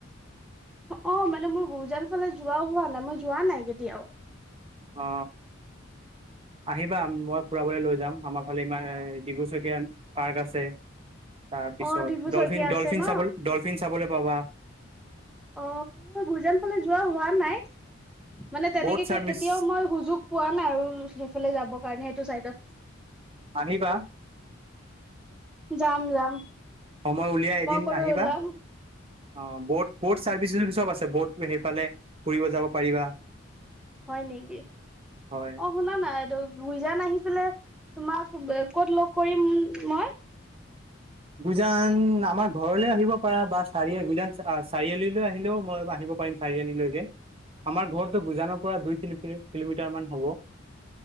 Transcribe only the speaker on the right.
অ। আহিবা মই ফুৰাবলৈ লৈ যাম আমাৰ ফালে ইাৰ ডিবুচকীয়া পাৰ্ক আছে। তাৰ পিছত
ডলফিন
ডলফিন
চাব ডলফিন চাবলৈ পাবা।
ব'ট চাৰ্ভিচ
আনিবা -
সময় উলিয়াই এদিন
আহিবা
- অ বত ব'ট চাৰ্ভিচ চ চব আছে ব'ট সেইফালে ফুৰিব যাব পাৰিবা।
হয়
গুইজান আমাৰ ঘৰলৈ আহিব পাৰা বা চাৰি গুইজান চাৰিআলি আহিলেও মই আহিব পাৰিম। চাৰিআলিলৈকে আমাৰ ঘৰতো গুইজানৰ পৰা দুই কিলোমিটাৰ মান হ'ব। <inaudible>